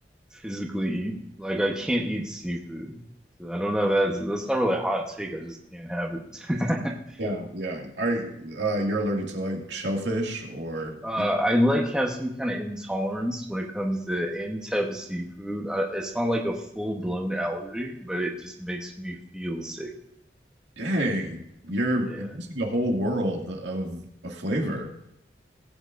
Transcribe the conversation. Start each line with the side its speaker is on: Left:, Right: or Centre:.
Centre: physically eat. Like I can't eat seafood. So I don't know. That's that's not really a hot take. I just can't have it. <laughs>
Right: Yeah, yeah. Are uh, you're allergic to like shellfish or
Centre: Uh,
Right: you,
Centre: I like have some kind of intolerance when it comes to any type of seafood. Uh, it's not like a full-blown allergy, but it just makes me feel sick.
Right: dang, you're
Centre: Yeah.
Right: you're missing a whole world of a flavor.